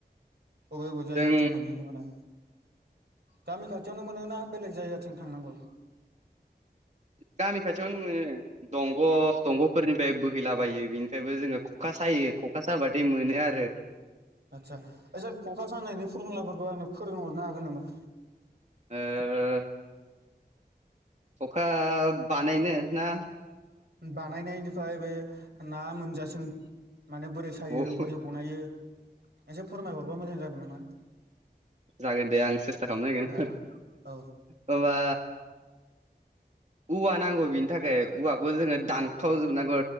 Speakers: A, on the right; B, on the right.
A: बबे बबे जायो
B: जों
A: आ थं मोनहैयो माने गामि खाथियावनो मोनोना बेलेग जायगाथिं थांनांगौ
B: गामि खाथियावनो मोनो दंग' दंग'फोरनिफ्राय बोहैलाबायो बेनिफ्रायबो जोङो खखा सायो खखा साबाथाय मोनो आरो
A: आदसा आदसा ख'खा सानायनि फरमुलाफोरखौ आंनो फोरोंहरनो हागोन नामा?
B: <unintelligible> ख'खा बानायनो ना
A: बानायनायनिफ्राय बे ना मोनजासिम माने बोरै सायो
B: ओ
A: बोरै बनायो एसे फोरमायहरबा मोजां जागोन नामा?
B: जागोन दे आं सेस्था खालाम नागोन
A: औ औ
B: हबा औवा नांगौ बिनि थाखाय औवाखौ जोङो दानखावजोबनांगौ।